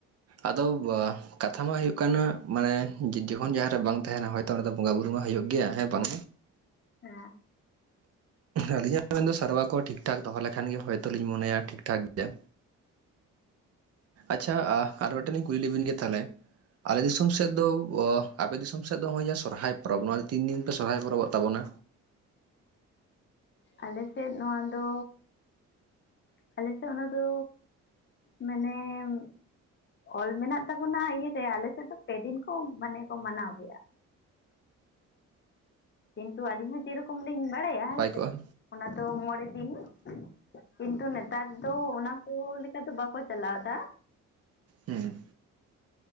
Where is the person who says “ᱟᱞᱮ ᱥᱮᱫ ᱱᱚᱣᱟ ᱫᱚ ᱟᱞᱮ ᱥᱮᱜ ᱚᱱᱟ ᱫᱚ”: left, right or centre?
Left